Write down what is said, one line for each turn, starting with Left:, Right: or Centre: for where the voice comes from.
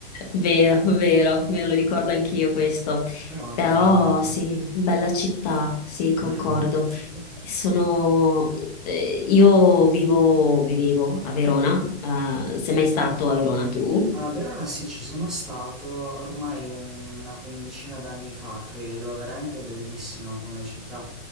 Left: Vero, vero, me lo ricordo anch'io questo.
Centre: però molto
Left: Però
Centre: bello.
Left: sì, bella città, sì, concordo.
Centre: Mm, mm.
Left: Sono, eh, io vivo, vivevo a Verona, eh, sei mai stato a Verona tu?
Centre: A Verona sì, ci sono stato ormai una quindicina d'anni fa, credo, veramente bellissima come città.